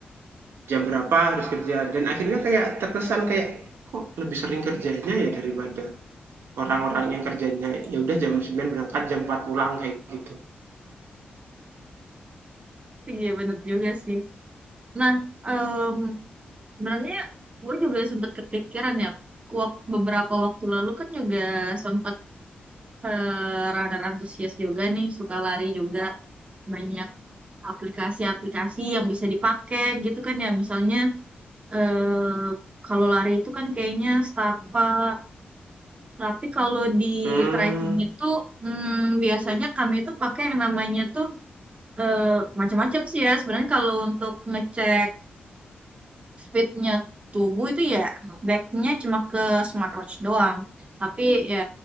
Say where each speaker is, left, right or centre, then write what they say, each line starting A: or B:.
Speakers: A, on the right; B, on the right.
A: jam berapa harus kerja dan akhirnya kayak terkesan kayak kok lebih sering kerjanya ya daripada Orang-orang yang kerjanya ya udah jam 9 berangkat, jam 4 pulang kayak gitu.
B: Iya bener juga sih. Nah, em, sebenarnya gue juga sempat kepikiran ya. Wak- beberapa waktu lalu kan juga sempat eh, runner antusias juga nih, suka lari juga banyak aplikasi-aplikasi yang bisa dipakai gitu kan ya. Misalnya eh, kalau lari itu kan kayaknya Starbucks, tapi kalau di
A: Hmm,
B: trekking itu hmm, biasanya kami itu pakai yang namanya tuh eh, macam-macam sih ya. Sebenarnya kalau untuk ngecek Fitnya tubuh itu ya backnya cuma ke smartwatch doang. Tapi ya